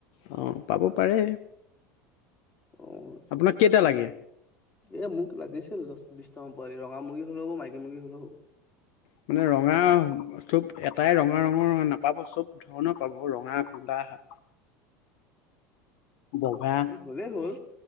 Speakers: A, on the left; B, on the left.
A: অ পাব পাৰে
B: অ'
A: আপোনাক কেইটা লাগে?
B: এ মোক লাগিছিল দহ বিশটামান পোৱালি, ৰঙা মুৰ্গী হ'লেও হব মাইকী মুৰ্গী হ'লেও হ'ব।
A: মানে ৰঙা চব এটাই ৰঙা ৰঙৰ নাপাব চব ধৰণৰ পাব ৰঙা, কুলা হা বগা।
B: এ হ'লেই হ'ল